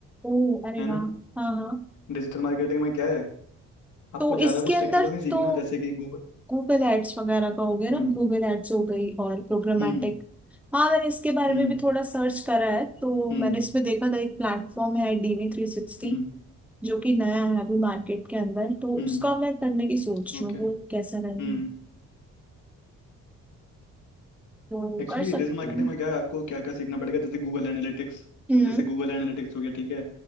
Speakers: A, in the centre; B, on the left.
A: ओ अरे
B: है ना
A: वाह हाँ हाँ
B: डिजिटल मार्केटिंग में क्या है आपको
A: तो
B: ज़्यादा
A: इसके
B: कुछ
A: अंदर
B: टेक्निकल नहीं सीखना
A: तो
B: जैसे कि गूगल
A: गूगल एड्स वगैरह का हो गया ना
B: हम्म
A: गूगल एड्स हो गई और प्रोग्रामेटिक
B: हम्म
A: हाँ मैंने इसके बारे
B: हम्म
A: में भी थोड़ा सर्च करा है तो
B: हम्म
A: मैंने इसमें देखा था एक प्लेटफॉर्म है डीवी थ्री सिक्सटी
B: हम्म
A: जो कि नया है अभी मार्केट के अंदर तो
B: हम्म
A: उसका मैं करने की सोच
B: ओके
A: रही हूँ वो कैसा
B: हम्म
A: रहेगा तो
B: एक्चुअली
A: कर सकती
B: डिजिटल मार्केटिंग
A: हूँ
B: में क्या है आपको क्या क्या सीखना पड़ेगा जैसे गूगल एनालिटिक्स
A: हम्म
B: जैसे गूगल एनालिटिक्स हो गया ठीक है